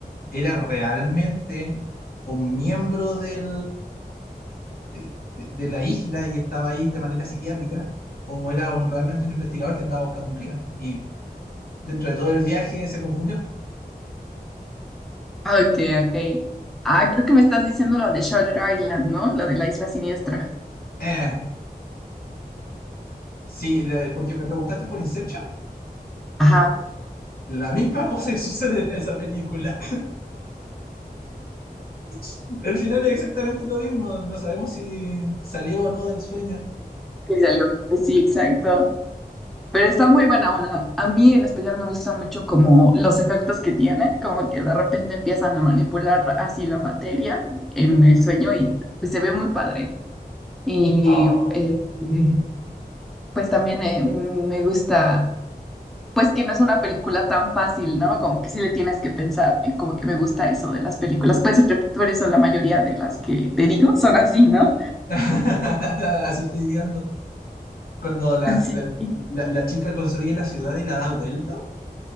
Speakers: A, on the left; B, in the centre.
A: era realmente un miembro del, de, de- de la isla y estaba ahí de manera psiquiátrica, o era un, realmente un investigador que andaba buscando un crimen. Y dentro de todo el viaje se confundió.
B: Ok, ok. Ah, creo que me estás diciendo la de Shutter Island, ¿no? La de la isla siniestra.
A: Eh, sí, le- porque me preguntaste por Inception.
B: Ajá,
A: La misma <laughs> cosa que sucede en esa película. <laughs> El final es exactamente lo mismo. No sabemos si salió o no del sueño.
B: que salió. Sí, exacto. Pero está muy buena una. A mí en especial me gusta mucho como los efectos que tiene, como que de repente empiezan a manipular así la materia en el sueño y pues, se ve muy padre. Y
A: Oh.
B: este, pues también eh, me gusta pues que no es una película tan fácil, ¿no? Como que sí le tienes que pensar, y como que me gusta eso de las películas. Pues re- por eso la mayoría de las que te digo son así, ¿no?
A: <laughs> Así estoy viendo. Cuando la,
B: <laughs> Sí.
A: la-
B: sí.
A: la- la chica construye la ciudad y la da vuelta.